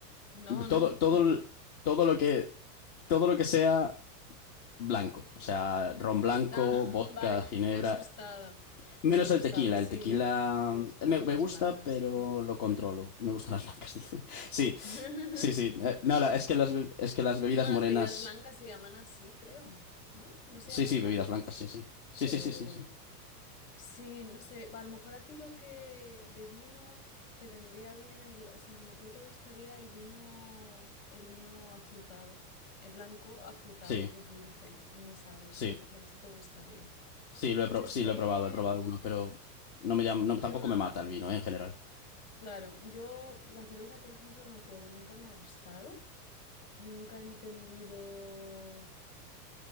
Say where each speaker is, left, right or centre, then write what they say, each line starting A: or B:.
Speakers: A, on the left; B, on the left.
A: No, no.
B: Todo,
A: <laughs>
B: todo, el- todo lo que, todo lo que sea blanco, o sea, ron blanco,
A: Ah,
B: vodka,
A: <laughs> vale,
B: ginebra,
A: me ha asustado.
B: menos
A: Me ha asustado.
B: el tequila.
A: Sí,
B: El tequila
A: te gustan
B: me, me
A: las
B: gusta,
A: blancas.
B: pero lo controlo. Me gustan las blancas, <laughs> dice. Sí,
A: <laughs>
B: Sí, sí. eh, no, la- es que las, be- es que las bebidas
A: No, las
B: morenas.
A: bebidas blancas se llaman así, creo. ¿No? No se
B: Sí,
A: llaman
B: sí,
A: blancas.
B: bebidas blancas, sí, sí. Sí,
A: Pero
B: sí, sí, sí,
A: bueno.
B: sí.
A: Sí, no sé, a lo mejor a ti lo que de vino te vendría bien el, o sea, a lo mejor te gustaría el vino, el vino afrutado, el blanco afrutado,
B: Sí,
A: que es dulce y no es agrio.
B: sí.
A: A lo mejor ese te gustaría.
B: Sí, lo he
A: Yo
B: probado,
A: es
B: sí,
A: que,
B: lo he probado, he probado alguno,
A: uf,
B: pero no me llama, no,
A: yo
B: tampoco
A: nada,
B: me mata el vino, eh, en general.
A: claro, yo la cerveza, por ejemplo, no puedo, nunca me ha gustado, nunca he entendido.